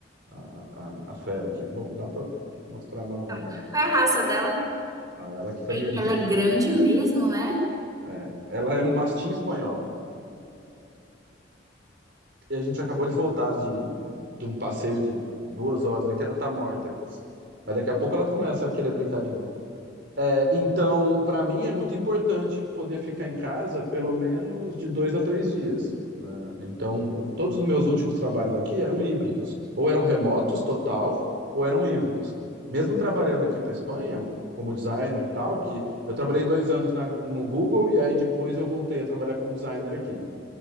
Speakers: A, on the right; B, on the right.
A: a, a, a fera aqui. Bom, dá pra mostrar mais ou
B: então,
A: menos aqui.
B: qual é a raça dela?
A: Ah, Ela que tá
B: Ei,
A: dormindo,
B: Ela é
A: tá
B: grande
A: vendo?
B: mesmo, né?
A: É. Ela é um mastim espanhol. E a gente acabou de voltar de, de um passeio de duas horas aqui, ela tá morta aqui. Mas daqui a pouco ela começa a querer brincar de novo. É, então, para mim é muito importante poder ficar em casa pelo menos de dois a três dias. né? Então, o- todos os meus últimos trabalhos aqui eram híbridos, ou eram remotos total, ou eram híbridos. Mesmo trabalhando aqui para Espanha, como designer e tal, que eu trabalhei dois anos na- no Google e aí depois eu voltei a trabalhar como designer aqui.